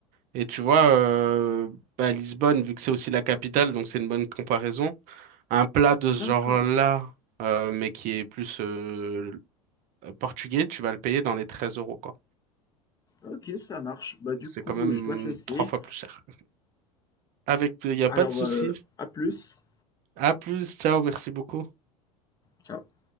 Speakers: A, on the right; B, on the left.
A: Et tu vois, euh, bah, Lisbonne, vu que c'est aussi la capitale, donc c'est une bonne comparaison. Un plat de ce
B: d'accord.
A: genre-là, euh, mais qui est plus euh, portugais, tu vas le payer dans les 13 euros, quoi.
B: Ok, ça marche. Bah du
A: C'est
B: coup,
A: quand même
B: je dois te laisser.
A: trois fois plus cher. Avec, il n'y a
B: Alors,
A: pas de souci.
B: euh, à plus.
A: À plus, ciao, merci beaucoup.
B: Ciao.